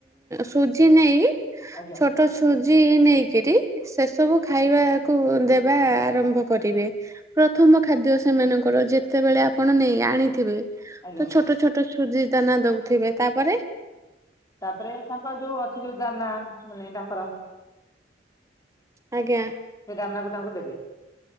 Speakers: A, on the right; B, on the left.
A: ସୁଜି ନେଇ ଛୋ
B: ଆଜ୍ଞା
A: ଛୋଟ ସୁଜି ନେଇକିରି ସେସବୁ ଖାଇବାକୁ ଦେବା ଆରମ୍ଭ କରିବେ। ପ୍ରଥମ ଖାଦ୍ୟ ସେମାନଙ୍କର ଯେତେବେଳେ ଆପଣ ନେଇ ଆଣିଥିବେ। ତ
B: ଆଜ୍ଞା।
A: ଛୋଟ ଛୋଟ ଛୋଟ ସୁଜି ଦାନା ଦଉଥିବେ ତାପରେ
B: ତାପରେ ତାଙ୍କର ଯୋଉ ଅଛି ଯୋଉ ଦାନା ମାନେ ତାଙ୍କର
A: ଆଜ୍ଞା।
B: ସେ ଦାନା କୁ ତାଙ୍କୁ ଦେବେ।